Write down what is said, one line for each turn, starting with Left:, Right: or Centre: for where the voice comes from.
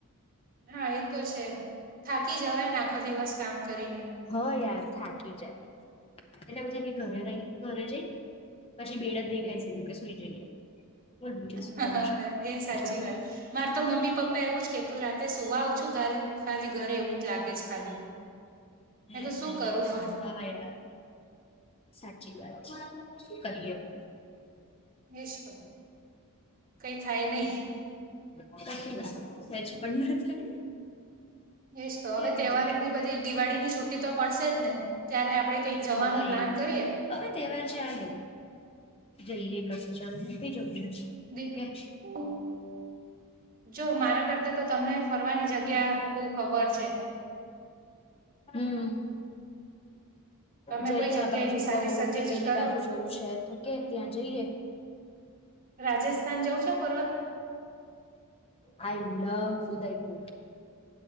Right: હા એ તો છે થાકી જવાય ને આખો દિવસ કામ કરીને
Left: હ યાર થાકી જાય એટલે પછી ઘરે રહી ઘરે જઈ પછી બેડ જ દેખાય કે સુુંઈ જઈએ બોલ બીજું શું
Right: હ
Left: કરું છું
Right: એ સાચી
Left: જવાનું?
Right: વાત મારે તો મમ્મી પપ્પા એવું જ કે, તું રાતે સુવા આવે છો ધરે ખાલી ઘરે એવું જ લાગે છે ખાલી મેં
Left: હે
Right: કીધું
Left: ને
Right: શું કરું પણ
Left: હા યાર સાચી વાત છે કરી લ્યો.
Right: એજ તો કઈ થાય નહિ.
Left: કસી ના થાય સેજ પણ ના થાય.
Right: એજ તો
Left: કે
Right: હવે
Left: બીજું
Right: તહેવારો
Left: કે
Right: ની બધી દિવાળીની છ. છુટ્ટી તો પડશે જ ને ત્યારે આપડે કંઈક જવાનો
Left: હા
Right: પ્લાન
Left: યાર
Right: કરીએ.
Left: હવે તહેવાર ચાલે જઈએ પછી ચાલ
Right: દી
Left: <unintelligible>
Right: <inaudible> જો મારા કરતા તો તમને ફરવાની જગ્યા બહુ ખબર છે.
Left: હમ
Right: તમે
Left: જઈએ
Right: કોઈ જગ્યા
Left: આ બાજુ
Right: એવી સારી
Left: કહું
Right: સજેસ્ટ
Left: કે પેલી
Right: કરો
Left: બાજુ જવું છે તુ કે ત્યાં જઈએ.
Right: રાજસ્થાન જઉં છે ફરવા?
Left: આઈ લવ ઉદયપુર.